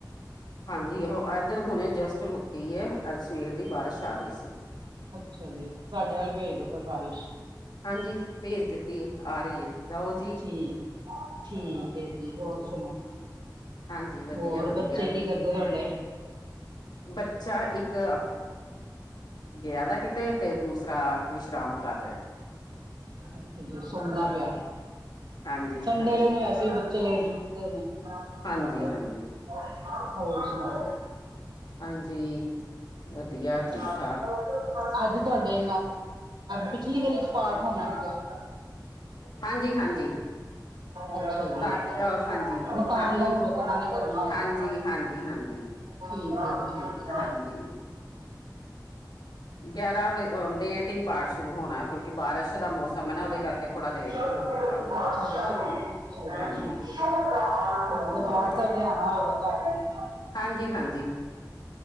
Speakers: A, on the left; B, on the right.
A: ਹਾਂਜੀ ਉਹ ਇੱਧਰ ਹੁਣੇ ਜਸਟ ਰੁਕੀ ਹੈ ਸਵੇਰ ਦੀ ਬਾਰਿਸ਼ ਆ ਰਹੀ ਸੀ।
B: ਅੱਛਾ ਜੀ ਸਾਡੇ ਵਲ ਭੇਜ ਦੋ ਫਿਰ ਬਾਰਿਸ਼
A: ਹਾਂਜੀ ਭੇਜ ਦਿੱਤੀ ਹੈ ਆ ਰਹੀ ਹੈ ਜਾਓ ਜੀ
B: ਠੀਕ ਠੀਕ ਹੈ ਹੋਰ ਸੁਣਾਓ
A: ਹਾਂਜੀ ਵਧੀਆ
B: ਹੋਰ
A: ਵਧੀਆ
B: ਬੱਚੇ ਕੀ ਕਰਦੇ ਤੁਹਾਡੇ?
A: ਬੱਚਾ ਇੱਕ ਗਿਆ ਦਾ ਕਿਤੇ ਤੇ ਦੂਸਰਾ ਵਿਸ਼ਰਾਮ ਕਰ ਰੇਐ
B: ਅੱਛਾ ਸੁੰਦਾ ਪਿਆ
A: ਹਾਂਜੀ,
B: ਸੰਡੇ
A: ਹਾਂਜੀ,
B: ਵਾਲੇ ਦਿਨ ਵੈਸੇ ਵੀ ਬੱਚੇ ਲੇਟ ਉਠਦੇ ਨੇ ਦੇ
A: ਹਾਂਜੀ, ਹਾਂਜੀ,
B: ਨੇ ਹੋਰ ਸੁਣਾਓ।
A: ਹਾਂਜੀ ਵਧੀਆ
B: ਪੰਜਾਬ
A: ਠੀਕ ਠਾਕ
B: ਫ਼ੋਲੋ। ਅੱਜ ਤੁਹਾਡੇ ਪਿਛਲੀ ਗਲੀ ਚ ਪਾਠ ਹੋਣਾ ਕਿਤੇ
A: ਹਾਂਜੀ ਹਾਂਜੀ
B: ਅੱਛਾ ਜੀ
A: ਤਾਂ
B: ਅੱਛਾ
A: ਅਹ ਹਾਂਜੀ
B: ਮਕਾਨ
A: ਤਾਂਹੀ
B: ਦਾ ਮਹੂਰਤ ਉਹਨਾਂ ਨੇ ਕਰਨਾ ਹੋਏਗਾ
A: ਹਾਂਜੀ ਹਾਂਜੀ ਹਾਂਜੀ
B: ਠੀਕ ਆ ਜੀ ਠੀਕ
A: ਹਾਂਜੀ ਗਿਆਰਾਂ ਵ ਲੇਟ ਹੀ ਪਾਠ ਸ਼ੁਰੂ ਹੋਣਾ ਕਿਉਂਕਿ ਬਾਰਿਸ਼ ਦਾ ਮੌਸਮ ਹੈ ਨਾ ਉਹਦੇ ਕਰਕੇ
B: <inaudible>
A: ਥੋੜਾ ਲੇਟ
B: ਚੌਥੀ
A: ਹੋ ਗਿਆ ਕੰਮ
B: ਪਾਤਸ਼ਾਹੀ ਉਚਾੱਈ
A: ਹਾਂਜੀ,
B: ਸੋ ਰਿਹਾ
A: ਹਾਂਜੀ,
B: ਹੈ ਯ ਲਿਆਣਾ ਹੋਵੇਗਾ ਘਰ
A: ਹਾਂਜੀ ਹਾਂਜੀ